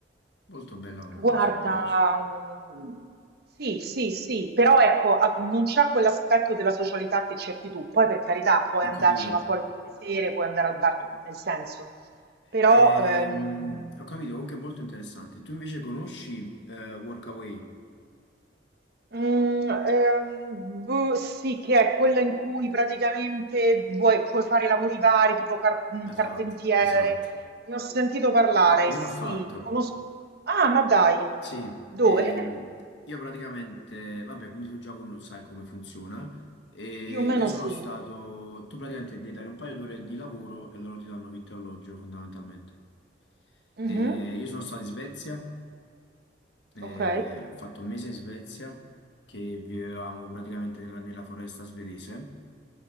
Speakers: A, on the left; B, on the right.
A: molto bella come
B: Guarda,
A: cosa, mi piace.
B: mm, sì, sì, sì, però ecco, a- non c'è quell'aspetto della socialità che cerchi tu. Poi, per carità, puoi
A: Ho
B: andarci
A: capito.
B: no, fuori tutte le sere, puoi andare al bar, nel senso. Però,
A: Ehm,
B: ehm,
A: ho capito, comunque è molto interessante. Tu invece conosci eh, Workaway?
B: mm, ehm, boh, sì, che è quella in cui praticamente vuoi, puoi fare lavori vari, tipo car- mm, carpentiere.
A: Esatto, esatto.
B: Ne ho sentito parlare,
A: Io
B: sì,
A: l'ho fatto.
B: conosco. Ah, ma dai,
A: Sì,
B: dove?
A: ehm, io praticamente, vabbè, quindi tu già non sai come funziona. E
B: Più o meno
A: io sono
B: sì.
A: stato, tu praticamente devi dare un paio d'ore di lavoro e loro ti danno vitto e alloggio fondamentalmente.
B: Mhm,
A: E io sono stato in Svezia, e
B: Ok.
A: ho fatto un mese in Svezia che vivevamo praticamente nella, nella foresta svedese